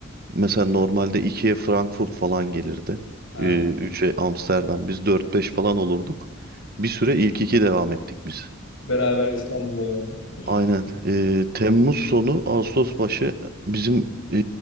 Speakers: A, on the right (about 50°); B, on the left (about 70°).
A: Mesela normalde ikiye Frankfurt falan gelirdi.
B: Ha.
A: E, 3'e Amsterdam. Biz dört beş falan olurduk. Bir süre ilk 2 devam ettik biz.
B: Beraber İstanbul'la beraber.
A: Aynen. E, Temmuz sonu Ağustos başı bizim e,